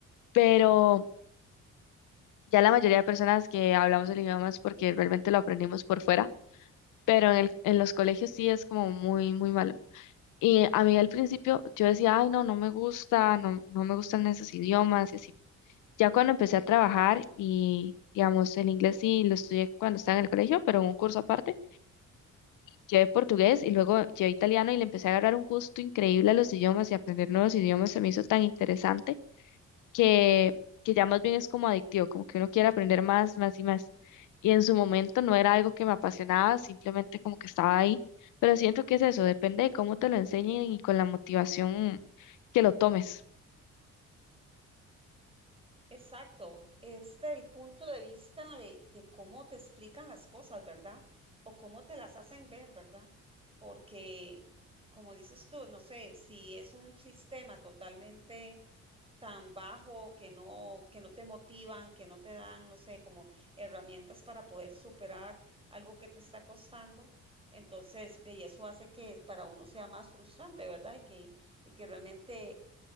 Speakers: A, on the left (about 85°); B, on the right (about 20°).
A: pero... Ya la mayoría de personas que hablamos el idioma es porque realmente lo aprendimos por fuera, pero en el- en los colegios sí es como muy, muy malo. Y a mí al principio yo decía, ay, no, no me gusta, no, no me gustan esos idiomas y así. Ya cuando empecé a trabajar y, digamos, el inglés sí lo estudié cuando estaba en el colegio, pero en un curso aparte, llevé portugués y luego llevé italiano y le empecé a agarrar un gusto increíble a los idiomas y aprender nuevos idiomas se me hizo tan interesante que, que ya más bien es como adictivo, como que uno quiere aprender más, más y más. Y en su momento no era algo que me apasionaba, simplemente como que estaba ahí. Pero siento que es eso, depende de cómo te lo enseñen y con la motivación que lo tomes.
B: Exacto, es del punto de vista de, de cómo te explican las cosas, ¿verdad? O cómo te las hacen ver, ¿verdad? Porque, como dices tú, no sé, si es un sistema totalmente tan bajo que no, que no te motivan, que no te dan, no sé, como herramientas para poder superar algo que te está costando, entonces, ve, y eso hace que para uno sea más frustrante, ¿verdad? Y que, y que realmente